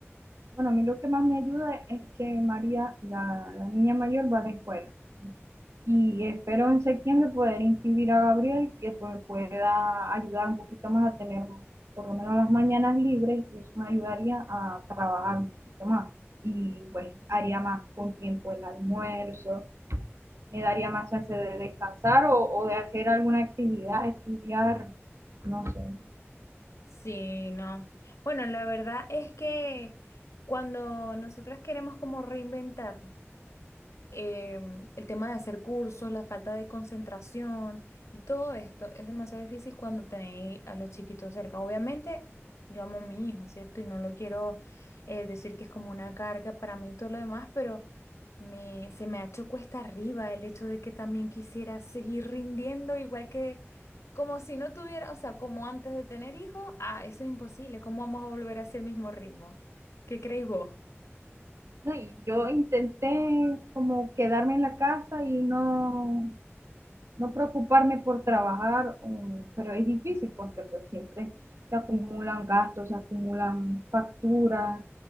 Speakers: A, on the right; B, on the left.
A: Bueno, a mí lo que más me ayuda es que María, la, la niña mayor, va a la escuela. Y espero en septiembre poder inscribir a Gabriel, que pues pueda ayudar un poquito más a tener por lo menos las mañanas libres, y eso me ayudaría a trabajar un poquito más. Y pues haría más con tiempo el almuerzo, me daría más chance de descansar o, o de hacer alguna actividad, estudiar, no sé.
B: Sí, no. Bueno, la verdad es que cuando nosotras queremos como reinventar em, el tema de hacer cursos, la falta de concentración y todo esto es demasiado difícil cuando tenéis a los chiquitos cerca. Obviamente, yo amo a mi hijo, ¿cierto? Y no lo quiero eh, decir que es como una carga para mí y todo lo demás, pero me, se me ha hecho cuesta arriba el hecho de que también quisiera seguir rindiendo igual que... Como si no tuviera, o sea, como antes de tener hijos, ah, eso es imposible. ¿Cómo vamos a volver a ese mismo ritmo? ¿Qué creéis vos?
A: No, y yo intenté como quedarme en la casa y no no preocuparme por trabajar, um, pero es difícil porque pues siempre se acumulan gastos, se acumulan facturas